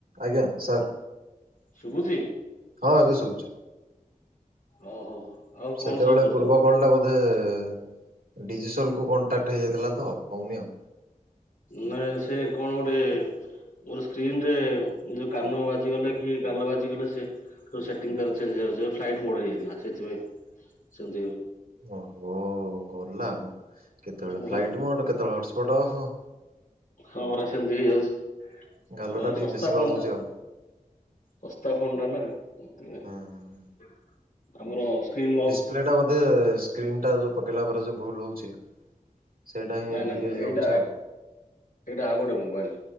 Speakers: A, on the right; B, on the left.
A: ଆଜ୍ଞା ସାର୍।
B: ଶୁଭୁଛି
A: ହଁ ଏବେ ଶୁଭୁଛି।
B: ଓଃ ହୋ ହୋ। ଆଉ
A: ସେତେବେଳେ
B: କଣ ସବୁ କରୁଛ?
A: ପୂର୍ବ କଲଟା ବୋଧେ ଏଁ ଡିଜିସୋଲକୁ କଣ୍ଟାକ୍ଟ ହେଇଯାଇଥିଲା ତ ହଉନି ଆଉ।
B: ନାଇ ସେ କଣ ଗୋଟେ ମୋର ସ୍କ୍ରିନରେ ଯୋଉ କାନ ବାଜିଗଲେ କି ଗାଲ ବାଜିଗଲେ ସେ ଯୋଉ ସେଟିଙ୍ଗ ତାର ଚେଞ୍ଜ ହେଇଯାଉଚି ଆଉ ଫ୍ଲାଇଟମୁଡ୍ ହେଇଯାଇଥିଲା ସେଥିପାଇଁ ସେମିତି <inaudible>
A: ଓ ହୋ ଗଲା ଆଉ କେତେବେଳେ
B: ହୁଁ,
A: ଫ୍ଲାଇଟ୍ ମୋଟ୍ କେତେବେଳେ ହଟସ୍ପଟ୍ ଅଫ୍।
B: ହଁ ପରା ସେମତି ହେଇଯାଉଛି ଅ
A: ଗାଲଟା ଟିକେ
B: ଶସ୍ତା
A: ବେଶୀ
B: ଫୋନ
A: ବାଜୁଛି
B: ଟା।
A: ଆଉ।
B: ଶସ୍ତା ଫୋନ ଟା <inaudible> ନା ଆମର
A: ହୁଁ ହୁଁ
B: ସ୍କ୍ରିନ୍ ଲକ୍
A: ପିଲା ଟା ବୋଧେ ସ୍କ୍ରିନ୍ ଟା ଯୋଉ ପକେଇଲା ପରେ ଯଉ ଭୁଲ ହୋଉଛି। ସେଇଟା ହିଁ
B: ନାଇଁ ନାଇଁ
A: ଟିକେ
B: ନାଇଁ
A: ଇଏ
B: ଏଇଟା
A: ହଉଛି ଆଉ।
B: ଏଇଟା ଆଉ ଗୋଟେ ମୋବାଇଲ